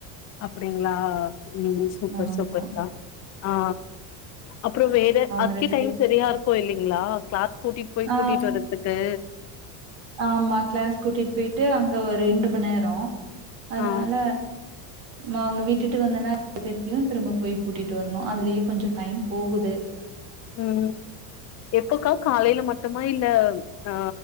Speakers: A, on the left; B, on the right.
A: அப்படிங்ளா ம் சூப்பர்
B: ஆமா
A: சூப்பர்க்கா ஆ அப்பறோ வேற
B: அவங்க
A: அதுக்கே
B: ரெண்டு
A: டைம்
B: பேர்
A: செரியா இருக்கு இல்லிங்ளா கிளாஸ் கூட்டிட் போய்
B: ஆ
A: கூட்டிட்டு வர த்துக்கு
B: ஆமா கிளாஸ் கூட்டிட் போயிட்டு அங்க ஒரு ரெண்டு மநேரோ அதனால
A: ஆ
B: நா அங்க விட்டுட்டு வந்தனா பேர்தயூ திரும்ப போய் கூட்டிட்டு வரணு அதுலயே கொஞ்சோ டைம் போவுது
A: ம் எப்போக்கா காலைல மட்டுமா இல்ல ஆ